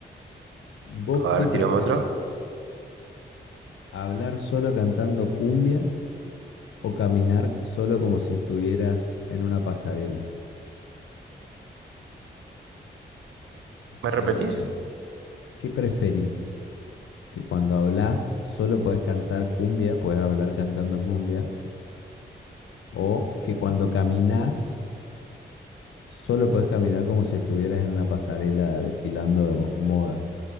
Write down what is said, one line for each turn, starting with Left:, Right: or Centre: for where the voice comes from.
Left: ¿Vos
Right: A
Left: qué
Right: ver,
Left: preferís?
Right: tirame otro.
Left: ¿Hablar solo cantando cumbia o caminar solo como si estuvieras en una pasarela?
Right: ¿Me
Left: Eh,
Right: repetís?
Left: ¿qué preferís? ¿Que cuando hablas solo podés cantar cumbia, podés hablar cantando cumbia? ¿O que cuando caminás solo podés caminar como si estuvieras en una pasarela desfilando moda?